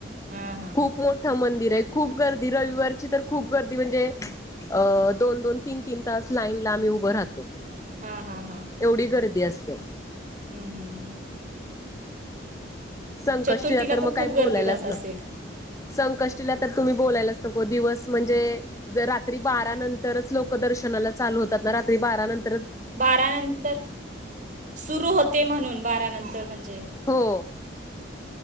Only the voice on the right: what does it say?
हा हा
हा.
हा हा हा
हम्म हम्म हम्
चतुर्थीला
खूप
गर्दी राहत असेल?
बारा नंतर सुरू होते म्हणून बारा नंतर म्हणजे